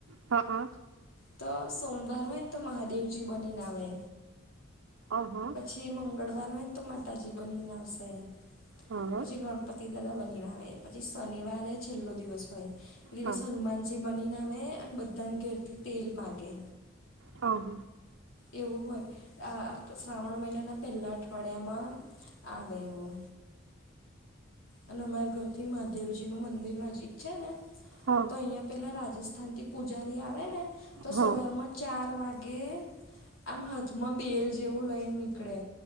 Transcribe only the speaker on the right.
હા
અ. હ...
હા
હા હા
હા
હા
હા